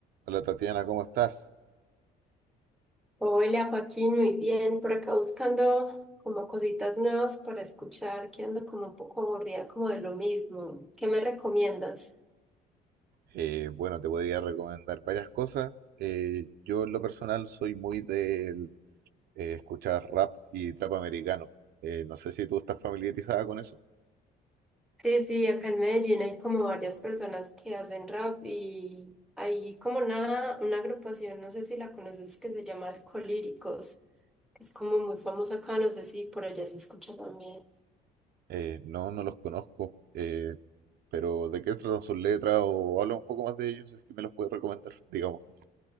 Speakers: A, on the right (about 70°); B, in the centre.
A: Hola Tatiana, ¿cómo estás?
B: Hola Joaquín, muy bien. Por acá buscando como cositas nuevas para escuchar, que ando como un poco aburrida como de lo mismo. ¿Qué me recomiendas?
A: Eh, bueno, te podría recomendar varias cosas. Eh, yo en lo personal soy muy de escuchar rap y trap americano. Eh, no sé si tú estás familiarizada con eso.
B: Sí, sí, acá en Medellín hay como varias personas que hacen rap y hay como una, una agrupación, no sé si la conoces, que se llama Alcolíricos, que es como muy famosa acá, no sé si por allá se escucha también.
A: Eh, no, no los conozco, Eh, pero ¿de qué tratan sus letras o habla un poco más de ellos? si Es que me los puedes recomendar, <laughs> digamos.